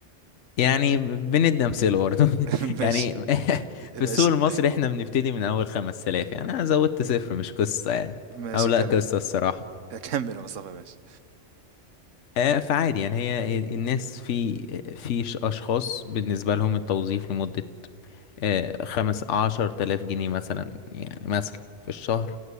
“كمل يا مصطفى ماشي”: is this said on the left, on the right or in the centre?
Right